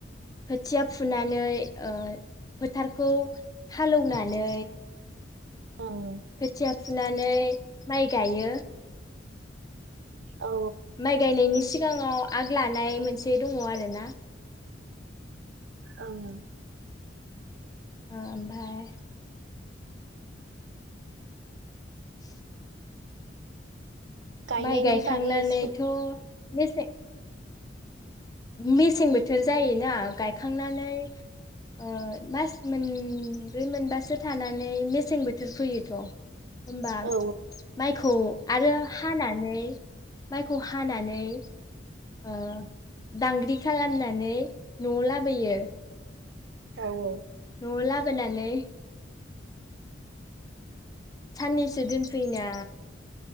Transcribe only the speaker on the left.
खोथिया फुनानै ओ फोथारखौ हालौनानै
खोथिया फुनानै माइ गाइयो।
माइ गायनायनि सि सिगाङाव आग लानाय मोनसे दङ आरो ना।
ओ ओमफाय <inaudible>
माइ गायखांनानैथ'
मेसे मेसें बोथोर जायोना गायखांनानै ओ मास मोनब्रै मोनबासो थानानै मेसें बोथोर फैयोथ' होनबा
माइखौ आरो हानानै माइखौ हानानै ओ दांग्रि खालामनानै न'आव लाबोयो।
न लाबोनानै। साननैसो दोनफैना